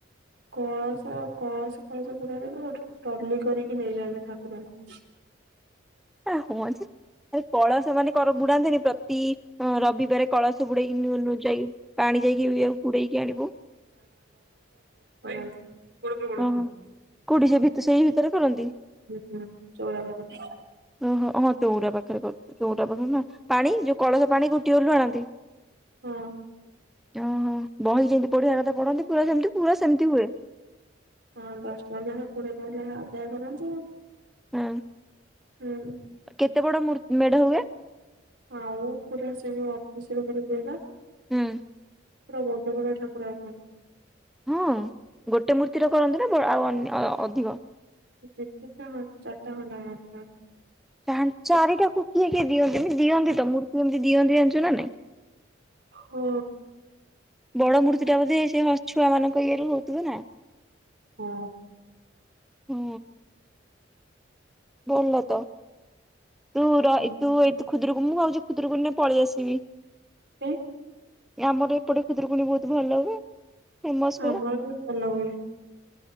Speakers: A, on the right; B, in the centre.
A: କଳସ କଳସ ଫଳସ ବୁଡ଼ାଯାଏନା ଗୋଟେ ଟଲି କରିକି ନେଇଯାଆନ୍ତି ଠାକୁରଙ୍କୁ।
B: ଏ ହଁ ଯେ ଆରେ କଳସ ମାନେ କଣ ବୁଡାନ୍ତିନି ପ୍ରତି ଅ ରବିବାରେ କଳସ ବୁଡେଇକି ନୂ ନୂ ଯାଇକି ପାଣି ଯାଇକି ବୁଡେଇକି ଆଣିବୁ।
A: କେମିତି <unintelligible>
B: ଓହୋ କୋଉଠି ସେ ଭିତ ସେଇ ଭିତରେ କରନ୍ତି।
A: ହୁଁ ଚଉରା ପାଖରେ।
B: ଓହୋ। ହଁ ଚଉରା ପାଖରେ କରୁ ଚଉରା ପାଖରେ ନା ପାଣି ଯୋଉ କଳସ ପାଣି କୋଉଠୁ ଟିଅଲରୁ ଆଣନ୍ତି।
A: ହଁ।
B: ଓହୋ ବହି ଯେମିତି ପଢିବା କଥା ପଢନ୍ତି ପୁରା ସେମିତି ପୁରା ସେମତି ହୁଏ।
A: ହଁ ଦଶଟଙ୍କା ଲେଖା କୋଡ଼ିଏ ଟଙ୍କା ଲେଖାଏଁ ଆଦାୟ କରନ୍ତି।
B: ହଁ।
A: ହୁଁ।
B: କେତେ ବଡ ମୂର୍ ମେଢ ହୁଏ?
A: ଆଉ ପୁରା ସେ ଯୋଉ ଅଫିସରେ ଗୋଟେ ହୁଏପା।
B: ହୁଁ।
A: ପୁରା ବଡ଼ବଡ଼ ଠାକୁର ଏପ
B: ହଁ ଗୋଟେ ମୂର୍ତ୍ତିର କରନ୍ତି ନା ଆଉ ଅନ୍ୟ ଅ-ଅ-ଅ ଅଧିକ?
A: ଦେଖିତେ ଚାରିଟା ଖଣ୍ଡେ <unintelligible>
B: ପା ଚାରିଟାକୁ କିଏ କିଏ ଦିଅନ୍ତି ଏମିତି ଦିଅନ୍ତି ତ ମୂର୍ତ୍ତି ଏମିତି ଦିଅନ୍ତି ଜାଣିଛୁ ନା ନାଇଁ।
A: ହଁ।
B: ବଡ ମୂର୍ତ୍ତି ଟା ବୋଧେ ସେ ହ ଛୁଆ ମାନଙ୍କ ଇଏରୁ ହଉଥିବ ନା।
A: ହଁ।
B: ହୁଁ। ଭଲତ ତୁ ର
A: କାଇଁ
B: ଏଇ ତୁ କୁ ଖୁଦୁରୁକୁ ମୁଁ ଭାବୁଛି ଖୁଦୁରୁକୁଣି ରେ ପଳେଇ ଆସିବି।
A: ସେ
B: ଆମର ଏପଟେ ଖୁଦୁରୁକୁଣୀ ବହୁତ ଭଲ ହୁଏ। ଫେମସ ପୁରା।
A: ଆମର ବି ଭଲ ହୁଏ।